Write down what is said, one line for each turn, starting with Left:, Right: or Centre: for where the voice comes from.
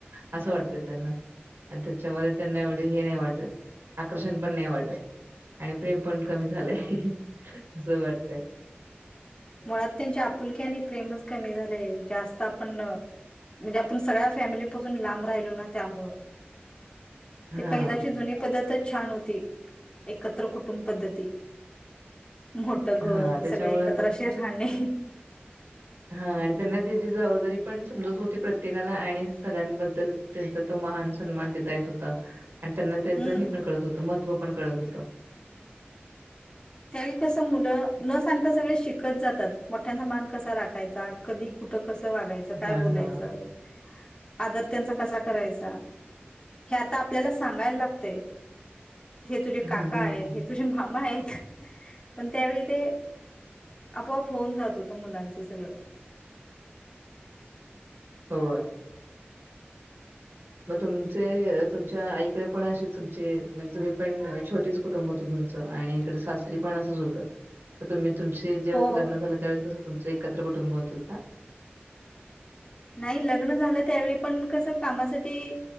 Right: असं वाटते त्यांना आणि त्याच्यामध्ये त्यांना एवढे हे नाही वाटत आकर्षण पण नाही वाटत. आणि प्रेम पण कमी झालंय असं वाटतय.
Left: मुळात त्यांची आपुलकी आणि प्रेमच कमी झाले जास्त आपण म्हणजे आपण सगळ्या फॅमिली पाासून लांब राहिलो ना त्यामु ते
Right: हा
Left: पहिची जुनी पद्धत प छान होती एकत्र कुटुंब पद्धती मोठ घर
Right: हा त्याच्यामुळे
Left: सगळे एकत्र असे राहणे.
Right: हां आणि त्यांना त्याची जबाबदारी पण समजत होती प्रत्येकाला आणि सगळ्यांबद्दल त्यांचा तो मान सन्मान देता येत होता. आणि त्यांना
Left: हम्म
Right: त्यांच हे पण कळत होतं महत्त्व पण कळत होत.
Left: त्यावेळी कस मुलं न सांगता सगळे शिकत जातात. मोठ्यांचा मान कसा राखायचा कधी कुठं कस वागायचं काय
Right: हां,
Left: बोलायचं.
Right: हां,
Left: आदर त्यांचा कसा करायचा हे आता आपल्याला सांगायला लागतय. तुझे काका
Right: हां.
Left: आहेत, तुझे मामा आहेत. पण त्यावेळी ते आपोआप होऊन जात होत मुलांचं सगळं
Right: हो. मग तुमचे तुमच्या आईकडे पण असे तुमचे म्हणजे तुम्ही पण छोटेच कुटुंब होत. आणि इकड सासरी पण असच होत. तुम्ही तुम जेवस
Left: हो
Right: लग्न झालं त्यावेळेस कसं तुमचं एकत्र कुटुंब होतंता
Left: नाही लग्न झालं त्यावेळी पण कस कामासाठी